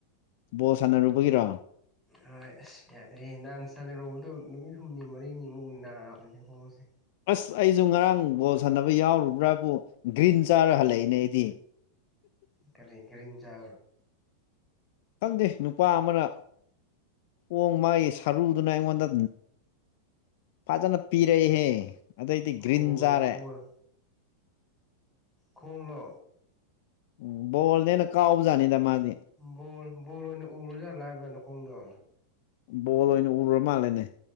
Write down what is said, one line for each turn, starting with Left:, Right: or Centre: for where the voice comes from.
Left: ꯕꯣꯜ ꯁꯥꯟꯅꯔꯨꯕꯒꯤꯔꯣ
Centre: ꯍꯣꯏ ꯑꯁ ꯌꯥꯗꯦ ꯍꯥꯟ ꯁꯥꯟꯅꯔꯨꯕꯗꯣ ꯅꯨꯃꯤꯠ ꯍꯨꯝꯅꯤ ꯃꯔꯤꯅꯤꯃꯨꯛ ꯅꯥꯕꯅꯦꯦ ꯍꯣꯡꯕꯁꯦ
Left: ꯑꯁ ꯑꯩꯁꯨ ꯉꯔꯥꯡ ꯕꯣꯜ ꯁꯥꯟꯅꯕ ꯌꯥꯎꯔꯨꯕ꯭ꯔꯥꯕꯨ ꯒ꯭ꯔꯤꯟ ꯆꯥꯔ ꯍꯜꯂꯛꯏꯅꯦ ꯑꯩꯗꯤ
Centre: ꯀꯒꯥꯔꯤ ꯀꯒꯥꯔꯤ ꯆꯥ
Left: ꯈꯪꯗꯦ ꯅꯨꯄꯥ ꯑꯃꯅ ꯍꯣꯡ ꯃꯥꯒꯤ ꯁꯔꯨꯗꯨꯅ ꯑꯩꯉꯣꯟꯗ ꯐꯖꯅ ꯄꯤꯔꯛꯏꯍꯦ ꯑꯗꯩꯗꯤ ꯒ꯭ꯔꯤꯟ
Centre: ꯕꯣꯜ
Left: ꯆꯥꯔꯦ
Centre: ꯕꯣꯜ ꯈꯣꯡꯂꯣ
Left: ꯎꯝ ꯕꯣꯜꯅꯦꯅ ꯀꯥꯎꯕꯖꯥꯅꯤꯗ ꯃꯥꯗꯤ
Centre: ꯕꯣꯜ ꯕꯣꯜ ꯑꯣꯏꯅ ꯎꯔꯨꯖꯥꯠꯂꯥ ꯍꯥꯏꯕ ꯅꯈꯣꯡꯗꯣ
Left: ꯕꯣꯜ ꯑꯣꯏꯅ ꯎꯔ ꯃꯥꯜꯂꯦꯅꯦ